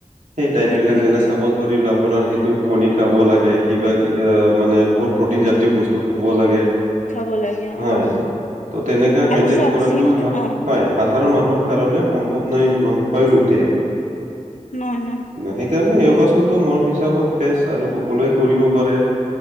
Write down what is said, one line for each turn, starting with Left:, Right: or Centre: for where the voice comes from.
Right: সেই দাইট
Left: উম
Right: বিলাক
Left: উম
Right: যেনে
Left: উম
Right: চাব ধৰিলক আপোনাৰ সেইটো কণি খাব লাগে, কিবা অহ, মানে বহুত প্ৰটিন জাতীয় বস্তু খাব লাগে।
Left: খাব লাগে
Right: হয়।
Left: অ অ
Right: ত' তেনে মেইট্ৰেন
Left: আৰু চাওক
Right: কৰা
Left: জিমটো
Right: হাত
Left: অ
Right: হয়। সাধাৰণ মানুহৰ কাৰনে সম্ভৱ নৈ ন হৈ নুঠে।
Left: নহয় নহয়
Right: সেইকাৰণে
Left: উম
Right: য়গাচনটো মোৰ হিচ হিচাপত বেষ্ট আৰু সকলোৱে কৰিব পাৰে,